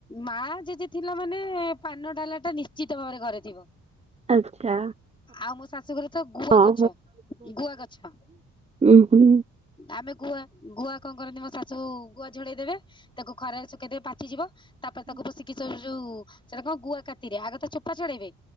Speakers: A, on the left; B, on the right.
A: ମା ଜେଜେ ଥିଲା ମାନେ ପାନ ଡାଲା ଟା ନିଶ୍ଚିତ ଭାବରେ ଘରେଥିବ।
B: ଆଚ୍ଛା
A: ଆଉ ମୋ ଶାଶୁଘରେ ତ ଗୁଆ
B: ହଁ
A: ଗଛ ଗୁଆ ଗଛ।
B: ଉୁଁ ହୁଁ
A: ଆମେ ଗୁଆ ଗୁଆ କଣ କରନ୍ତି ମୋ ଶାଶୁ ଗୁଆ ଝଡେଇ ଦେବେ ତାକୁ ଖରାରେ ସୁଖେଇଦେବେ ପାଚିଯିବ ତାପରେ ତାକୁ ପସିକି ଯୋଉ ସେଟା କଣ ଗୁଆ କାତିରେ ଆଗ ତା ଚୋପା ଚଢଡେଇବେ।